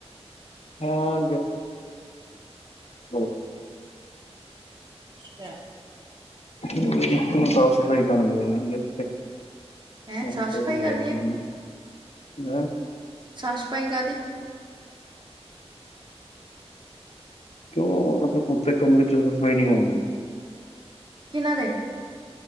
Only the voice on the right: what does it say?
ਅੱਛਾ।
ਹੈਂ
ਸਾਫ਼
ਸਫ਼ਾਈ
ਕਰਨੀ
ਸਾਫ ਸਫਾਈ ਕਾਦੀ?
ਕਿਨਾਂ ਦੇ?